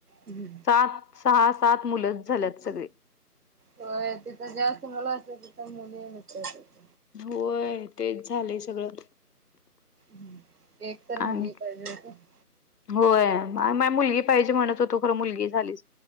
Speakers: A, on the right (about 70°); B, on the left (about 75°).
A: हम्म.
B: सात, सहा, सात मुलंच झाल्यात सगळी.
A: होय तिथं जास्त मुला असेल तिथं मुली नसत्यातच.
B: होय तेच झालंय सगळं.
A: ह एक तर
B: आणि
A: मुलगी पाहिजे होती. <inaudible>
B: होय मा -माय मुलगी पाहिजे म्हणत होतो खरं मुलगी झाली च